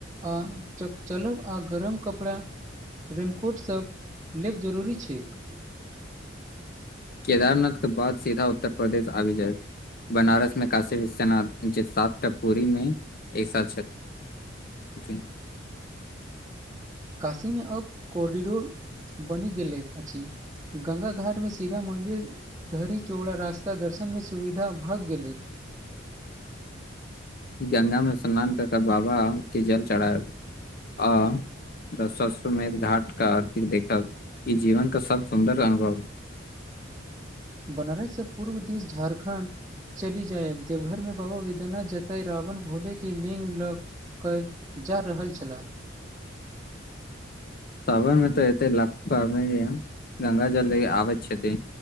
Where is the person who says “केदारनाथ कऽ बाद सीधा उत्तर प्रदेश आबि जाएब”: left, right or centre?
Left